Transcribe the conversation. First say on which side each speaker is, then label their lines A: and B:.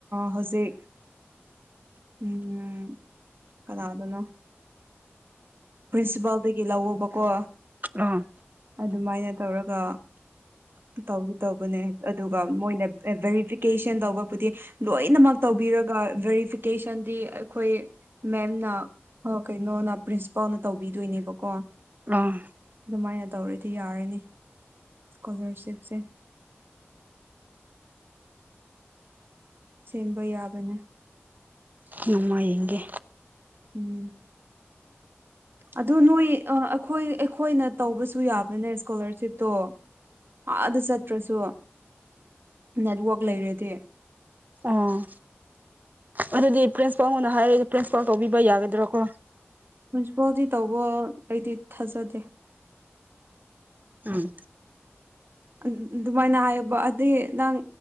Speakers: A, on the right; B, on the right.
A: ꯍꯧꯖꯤꯛ ꯎꯝ ꯀꯅꯥꯗꯅꯣ ꯄ꯭ꯔꯤꯟꯁꯤꯄꯥꯜꯗꯒꯤ ꯂꯧꯑꯣꯣꯕꯀꯣ
B: ꯑꯥ
A: ꯑꯗꯨꯃꯥꯏꯅ ꯇꯧꯔꯒ ꯇꯧ ꯇꯧꯕꯅꯦ ꯑꯗꯨꯒ ꯃꯣꯏꯅ ꯚꯦꯔꯤꯐꯤꯀꯦꯁꯟ ꯇꯧꯕꯕꯨꯗꯤ ꯂꯣꯏꯅꯃꯛ ꯇꯧꯕꯤꯔꯒ ꯚꯦꯔꯤꯐꯤꯀꯦꯁꯟꯗꯤ ꯑꯩꯈꯣꯏ ꯃꯦꯝꯅ ꯀꯩꯅꯣꯅ ꯄ꯭ꯔꯤꯟꯁꯤꯄꯥꯜꯅ ꯇꯧꯕꯤꯗꯣꯏꯅꯦꯕꯀꯣ
B: ꯑꯥ
A: ꯑꯗꯨꯃꯥꯏꯅ ꯇꯧꯔꯗꯤ ꯌꯥꯔꯅꯤ ꯏꯁꯀꯣꯂꯥꯔꯁꯤꯞꯁꯦ ꯁꯦꯝꯕ ꯌꯥꯕꯅꯦ
B: ꯑꯗꯨꯃꯥꯏꯌꯦꯡꯒꯦ
A: ꯎꯝ ꯑꯗꯣ ꯅꯣꯏ ꯑꯩꯈꯣꯏ ꯑꯩꯈꯣꯏꯅ ꯇꯧꯕꯁꯨ ꯌꯥꯕꯅꯦ ꯏꯁꯀꯣꯂꯔꯁꯤꯞꯇꯣ ꯑꯥꯗ ꯆꯠꯇ꯭ꯔꯁꯨ ꯅꯦꯠꯋꯥꯔꯛ ꯂꯩꯔꯗꯤ
B: ꯑꯥ ꯑꯗꯨꯗꯤ ꯄ꯭ꯔꯤꯟꯁꯤꯄꯥꯜꯉꯣꯟꯗ ꯍꯥꯏꯔꯛꯏꯣ ꯄ꯭ꯔꯤꯟꯁꯄꯥꯜ ꯇꯧꯕꯤꯕ ꯌꯥꯒꯗ꯭ꯔꯣ ꯀꯣ
A: ꯃ꯭ꯌꯨꯟꯁꯤꯄꯥꯜꯗꯤ ꯇꯧꯕ ꯑꯩꯗꯤ ꯊꯥꯖꯗꯦ
B: ꯎꯝ
A: ꯑꯗꯨꯃꯥꯏꯅ ꯍꯥꯏꯌꯦꯕ ꯑꯗꯨꯗꯤ ꯅꯪ